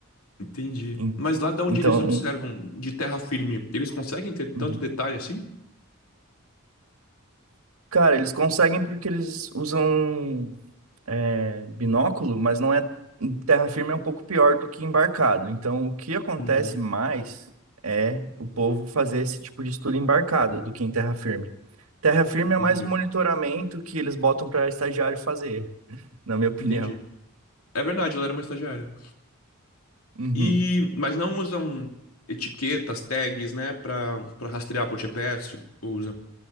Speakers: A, on the left; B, on the right.
A: Entendi.
B: En-
A: Mas lá de onde
B: Então,
A: eles observam de terra firme, eles conseguem ter
B: uhum.
A: tanto detalhe assim?
B: cara, eles conseguem porque eles usam é, binóculo, mas não é terra firme é um pouco pior do que embarcado. Então, o que acontece
A: Uhum,
B: mais é o povo fazer esse tipo de estudo embarcado do que em terra firme. Terra firme
A: entendi.
B: é mais um monitoramento que eles botam para estagiário fazer, na minha opinião.
A: Entendi. É verdade, ela era uma estagiária.
B: Uhum.
A: E mas não usam etiquetas, tags, né, Pra para rastrear por GPS, ou usa.